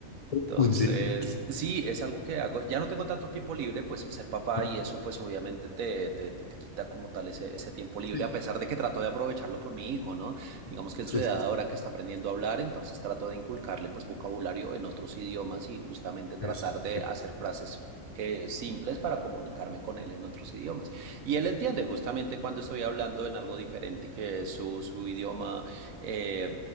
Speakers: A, on the left; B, on the right.
A: Uh,
B: Entonces,
A: ¿En serio?
B: sí, es algo que hago. Ya no tengo tanto tiempo libre, pues ser papá
A: <laughs>
B: y eso, pues obviamente te, te, te- te quita como tal ese, ese tiempo libre,
A: Sí,
B: a pesar de que trato de aprovecharlo con mi hijo, ¿no? Digamos que en
A: sí,
B: su edad
A: sí,
B: ahora que está aprendiendo a hablar, entonces trato de inculcarle pues vocabulario en otros idiomas y justamente tratar
A: es perfecto.
B: de hacer frases. eh, simples para comunicarme con él en otros idiomas. Y él entiende justamente cuando estoy hablando en algo diferente que es su, su idioma eh,